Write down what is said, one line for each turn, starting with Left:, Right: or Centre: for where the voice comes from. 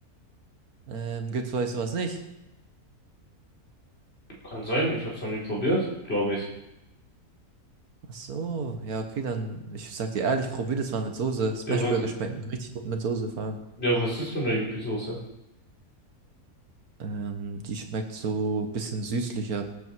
Right: Ähm, gibt's bei euch sowas nicht?
Left: Kann sein, ich hab's noch nie probiert, glaube ich.
Right: Ach so, ja, okay, dann, ich sag dir ehrlich, probier das mal mit Soße. Smashburger
Left: Ja, was,
Right: schmecken richtig gut mit Soße vor allem.
Left: ja, was ist denn eine Yuppie-Soße?
Right: Ähm, die schmeckt so ein bisschen süßlicher.